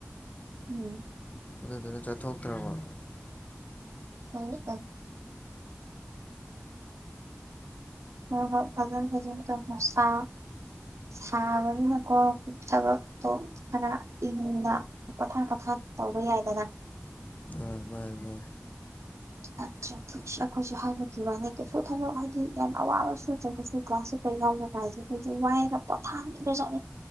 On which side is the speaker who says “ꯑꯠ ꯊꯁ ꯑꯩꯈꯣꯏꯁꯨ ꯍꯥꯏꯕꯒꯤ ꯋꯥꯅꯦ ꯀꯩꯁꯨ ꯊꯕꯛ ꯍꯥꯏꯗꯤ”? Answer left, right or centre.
Right